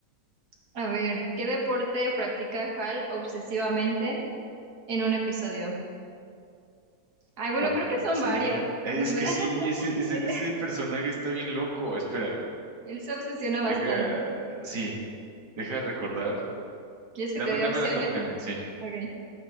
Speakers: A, on the right (about 65°); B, on the right (about 80°).
A: A ver, ¿qué deporte practica Hal obsesivamente en un episodio? Ay, bueno,
B: Obsesiva.
A: creo que son varios.
B: Eh,
A: O
B: Es
A: sea,
B: que sí,
A: <laughs>
B: ese, ese,
A: él,
B: ese personaje está bien loco. Espera,
A: él se obsesiona bastante.
B: deja. Sí, deja recordar.
A: ¿Quieres
B: Dame,
A: que te dé
B: dame
A: opciones?
B: las opciones, sí.
A: Ok.